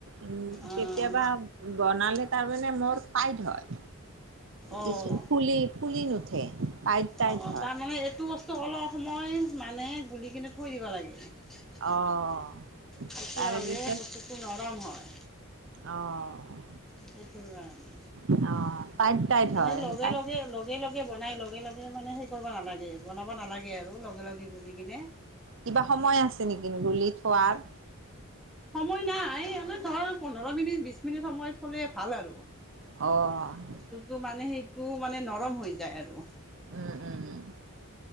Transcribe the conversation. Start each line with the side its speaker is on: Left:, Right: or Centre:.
Right: উম
Centre: অ',
Right: কেতিয়াবা বনালে তাৰমানে মোৰ টাইট হয়
Centre: অ'।
Right: কিছু ফুলি ফুলি নুঠে। টাইট টাইট
Centre: অ', অ',
Right: হয়।
Centre: তাৰমানে এইটো বস্তু অলপ সময় মানে গুলিকিনে থৈ দিব লাগে। তেতিয়া
Right: অ', তাৰে
Centre: হ'লে
Right: পিছত
Centre: বস্তুটো নৰম হয়।
Right: অ'।
Centre: সেইটোৰ কাৰণে।
Right: অ' টাইট টাইট
Centre: মানে
Right: হয়
Centre: লগে,
Right: টাইট
Centre: লগে, লগে, লগে বনাই লগে, লগে মানে সেই কৰিব নালাগে, বনাব নালাগে আৰু লগে লগে গুলি কিনে।
Right: কিবা সময় আছে নেকি গুলি থোৱাৰ
Centre: সময় নাই, এনে ধৰ পোন্ধৰ মিনিট বিশ মিনিট সময়ত হ'লে ভাল আৰু।
Right: অ'।
Centre: বস্তুটো মানে সেইটো মানে নৰম হৈ যায় আৰু।
Right: উম, উম, উম।